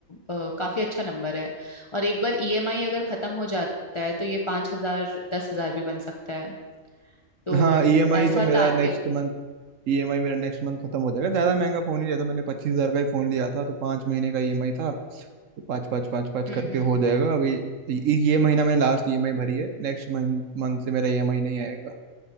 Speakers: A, on the left; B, on the right.
A: अ, काफी अच्छा नंबर है और एक बार ईएमआई अगर खत्म हो जाता है तो ये पांच हजार दस हजार भी बन सकता है तो
B: हाँ ईएमआई
A: ऐसा
B: तो मेरा
A: टारगेट
B: नेक्स्ट मंथ ईएमआई मेरा नेक्स्ट मंथ खत्म हो जाएगा ज़्यादा महंगा फ़ोन ही रहता मैंने पच्चीस हज़ार का ही फ़ोन लिया था तो पाँच महीने का ईएमआई था तो पाँच पाँच पाँच पाँच
A: हम्म
B: करके
A: हम्म
B: हो जाएगा अभी ये ये महीना मैंने लास्ट ईएमआई भरी है नेक्स्ट मंथ मंथ से मेरा ईएमआई नहीं आएगा